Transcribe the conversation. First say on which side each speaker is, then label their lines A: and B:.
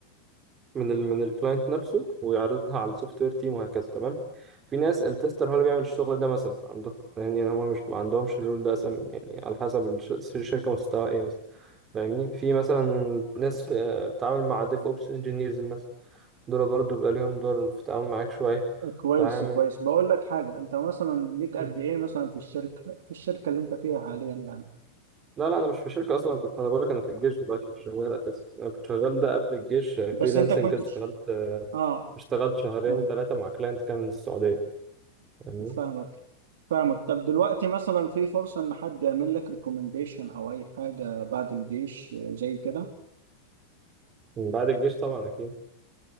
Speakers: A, on the right; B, on the right.
A: من ال من الكلاينت نفسه ويعرضها على السوفت وير تيم وهكذا تمام في ناس التستر هو اللي بيعمل الشغل ده مثلا عندهم فاهمني يعني هما مش ما عندهمش الرول ده أصلا يعني على حسب الش- الشركه مستواها ايه مثلا فاهمني في مثلا ناس آه، بتتعامل مع ديف اوبس انجينيرز مثلا دول برضه بيبقى ليهم دور في التعامل معاك شويه
B: كويس
A: تعامل
B: كويس بقول لك حاجة انت مثلا ليك
A: مم.
B: قد ايه مثلا في الشركة في الشركة اللي انت فيها حاليا يعني
A: لا لا انا مش في شركه اصلا أنا كنت انا بقول لك انا في الجيش دلوقتي مش شغال اساسا انا كنت شغال ده قبل الجيش فريلانسنج
B: بس انت كنت
A: كده اشتغلت
B: تش-
A: آه،
B: اه
A: اشتغلت شهرين
B: فاهم
A: ثلاثه مع كلاينت كان من السعوديه فاهمني؟
B: فاهمك فاهمك طب دلوقتي مثلا في فرصة ان حد يعمل لك ريكومنديشن او اي حاجة بعد الجيش زي كده
A: من بعد الجيش طبعا أكيد